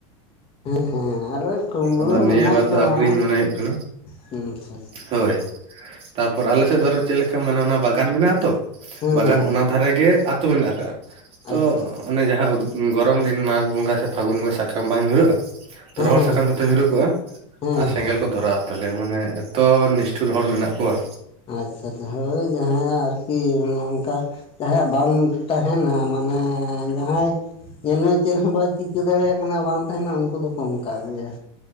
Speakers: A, on the left; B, on the right.
A: ᱦᱮᱸ ᱦᱮᱸ ᱟᱨ ᱠᱳᱢᱲᱳ
B: ᱟᱫᱚ
A: ᱦᱚᱸ
B: ᱱᱤᱭᱟᱹ
A: ᱢᱮᱱᱟᱜ
B: ᱵᱟᱨ
A: ᱠᱚᱣᱟ
B: ᱫᱚ ᱟᱠᱷᱨᱤᱧ ᱢᱚᱱᱮ ᱦᱩᱭᱩᱜ ᱠᱟᱱᱟ
A: ᱦᱮᱸ ᱪᱮ᱾
B: ᱦᱳᱭ ᱛᱟᱯᱚᱨ ᱟᱞᱮᱥᱮᱫ ᱫᱚ ᱪᱮᱫ ᱞᱮᱠᱟ ᱢᱟᱱᱮ ᱚᱱᱟ ᱵᱟᱜᱟᱱ ᱢᱮᱱᱟᱜᱼᱟ ᱛᱚ
A: ᱦᱮᱸ
B: ᱵᱟᱜᱟᱱ ᱚᱱᱟ ᱫᱷᱟᱨᱮᱜᱮ ᱟᱛᱳ ᱢᱮᱱᱟᱜ ᱟᱠᱟᱜᱼᱟ ᱛᱚ
A: ᱟᱪᱪᱷᱟ
B: ᱚᱱᱮ ᱡᱟᱦᱟᱸ ᱜᱚᱨᱚᱢ ᱫᱤᱱ ᱢᱟᱜᱽ ᱵᱚᱸᱜᱟ ᱥᱮ ᱯᱷᱟᱹᱜᱩᱱ ᱵᱚᱸᱜᱟ ᱥᱟᱠᱟᱢ ᱵᱟᱝ ᱧᱩᱨᱦᱟᱹᱜᱼᱟ ᱛᱚ
A: ᱦᱮᱸ
B: ᱨᱚᱦᱚᱲ
A: ᱦᱮᱸ
B: ᱥᱟᱠᱟᱢ ᱛᱚ ᱧᱩᱨᱩᱠᱚᱜᱼᱟ
A: ᱦᱮᱸ
B: ᱟᱨ ᱥᱮᱸᱜᱮᱞ
A: ᱦᱮᱸ᱾
B: ᱠᱚ ᱫᱷᱚᱨᱟᱜᱼᱟ ᱛᱟᱦᱞᱮ ᱢᱟᱱᱮ ᱮᱛᱚ ᱱᱤᱥᱴᱷᱩᱨ ᱦᱚᱲ ᱢᱮᱱᱟᱜ ᱠᱚᱣᱟ᱾
A: ᱟᱪᱪᱷᱟᱷᱟ ᱦᱳᱭ ᱡᱟᱦᱟᱸᱭᱟᱜ ᱟᱨᱠᱤ ᱚᱝᱠᱟ ᱡᱟᱦᱟᱸᱭᱟᱜ ᱵᱟᱝ ᱛᱟᱦᱮᱱᱟ ᱢᱟᱱᱮ ᱡᱟᱦᱟᱸᱭ ᱧᱮᱞ ᱢᱮ ᱪᱮᱜ ᱦᱚᱸ ᱵᱟᱭ ᱪᱤᱠᱟᱹ ᱫᱟᱲᱮᱭᱟᱜ ᱠᱟᱱᱟ ᱵᱟᱝ ᱛᱟᱦᱮᱱᱟ ᱩᱱᱠᱩ ᱫᱚᱠᱚ ᱚᱱᱠᱟᱜ ᱜᱮᱭᱟ᱾